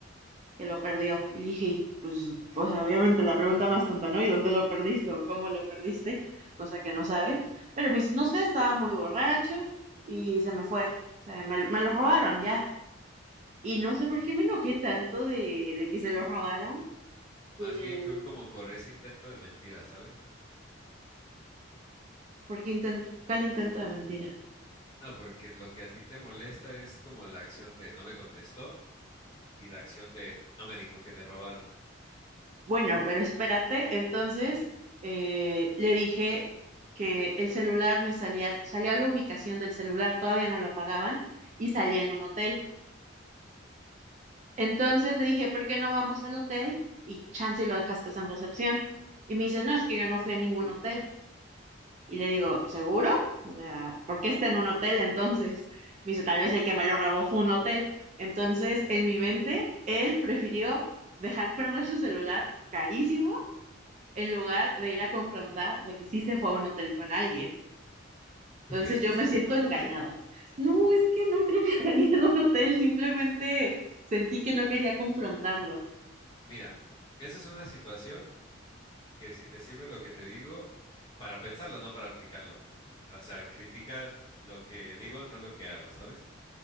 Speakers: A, on the right; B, on the left.
A: que lo perdió. Y le dije, y, pues, o sea obviamente la pregunta más tonta, ¿no? ¿Y dónde lo perdiste o cómo lo perdiste? Cosa que no sabes. Pero me dice, no sé, estaba muy borracho y se me fue. O sea, me, me lo robaron ya. Y no sé por qué me enojé tanto de, de que se lo robaron, eh,
B: Más bien fue como por ese intento de mentira, ¿sabes?
A: porque intent ¿cuál intento de mentira?
B: No, porque lo que a ti te molesta es como la acción de no me contestó, y la acción de no me dijo que le robaron.
A: Bueno, pero espérate, entonces eh, le dije que el celular me salía, salía la ubicación del celular, todavía no lo apagaban, y salía en un hotel. Entonces le dije, ¿por qué no vamos al hotel? Y chance y lo dejaste en recepción. Y me dice, no, es que yo no fui a ningún hotel. Y le digo, ¿seguro? O sea, ¿por qué está en un hotel entonces? Me dice, tal vez el que me lo robó fue un hotel. Entonces, en mi mente, él prefirió dejar perder su celular carísimo en lugar de ir a confrontar de que sí se fue a un hotel con alguien.
B: ¿Tú
A: Entonces
B: crees que
A: yo
B: sí
A: me siento
B: se fue a
A: engañada.
B: un hotel?
A: No, es que no creo que <laughs> haya ido a un hotel, simplemente sentí que no quería confrontarlo.
B: Mira, esa es una situación que si te sirve lo que te digo, para pensarlo, no para aplicarlo. O sea, critica lo que digo, no lo que hago, ¿sabes?